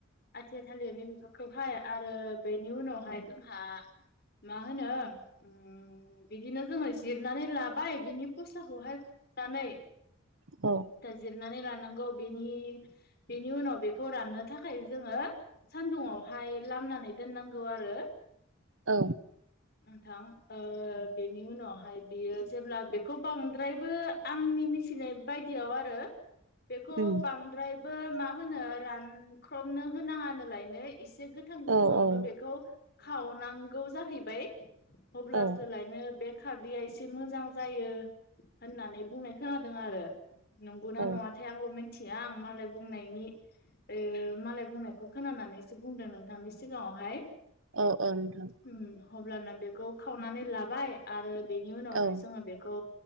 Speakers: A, on the left; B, on the right.
A: आथिया थालिरनि बि खौहाय आरो बेनि उनावहाय जोंहा मा होनो उम उम बिदिनो जोङो जिरनानै लाबाय बिनि फस्लाखौहाय खुरनानै
B: अ
A: जिरनानै लानांगौ बेनि बेनि उनाव बेखौ राननो थाखाय जोङो सानदुंआवहाय लामनानै दोननांगौ आरो
B: औ
A: नोंथां ओ बेनि उनावहाय बियो जेब्ला बे खौ बांद्रायबो आंनि मिथिनाय बायदियाव आरो बेखौ
B: उम
A: बां द्रायबो मा होनो रानख्रबनो होनाङानोलायनो एसे गो थां गोथांआवनो
B: औ औ
A: बेखौ खावनांगौ जाहैबाय अब्लासोलायनो
B: औ
A: बे खारदैया एसे मोजां जायो होननानै बुंनाय खोनादों आरो नंगौना
B: औ
A: नङा थाय आंबो मिथिया आं मालाय बुंनायनि ओ मालाय बुंनायखौ खोनानानैसो बुंदों नोंथांनि सिगाङावहाय
B: औ औ नोंथां
A: उम अब्लाना बेखौ खावनानै लाबाय आरो बेनि उनावहाय
B: औ
A: जोङो बे खौ